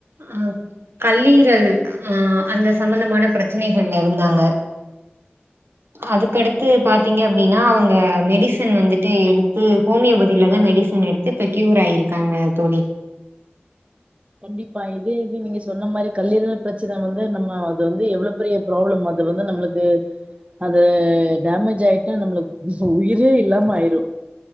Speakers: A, on the right; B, on the right.
A: அ கல்லீரல் அ அந்த சம்பந்தமான ப்ரச்சனைகள்ல இருந்தாங்க அதுக்கடுத்து
B: ஓகே
A: பாத்தீங்க அப்டின்னா அவங்க மெடிசன் வந்துட்டு எடுத்து ஹோமியோபதிலதா மெடிசன் எடுத்து க்யூர் ஆயிருக்காங்க தோழி
B: கண்டிப்பா இதே இது நீங்க சொன்ன மாரி கல்லீரல் ப்ரச்சன வந்து நம்ம அது வந்து எவ்ள பெரிய ப்ராப்ளம் அது வந்து நம்ளுக்கு அது டேமேஜ் ஆயிட்டா நம்மள உயிரே இல்லாம ஆயிரு